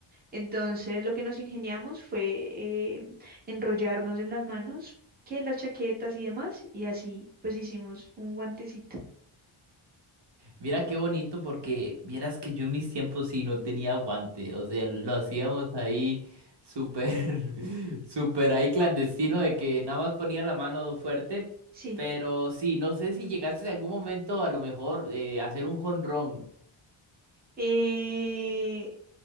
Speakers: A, on the right (about 20°); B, on the right (about 55°).
A: Entonces lo que nos ingeniamos fue eh, enrollarnos en las manos, que en las chaquetas y demás, y así pues hicimos un guantecito.
B: Mira qué bonito, porque vieras que yo en mis tiempos sí no tenía guante. O sea, lo hacíamos ahí súper, <laughs> súper ahí clandestino de que nada más ponía la mano fuerte.
A: Sí.
B: Pero sí, no sé si llegaste en algún momento a lo mejor eh, a hacer un jonrón.
A: Eh,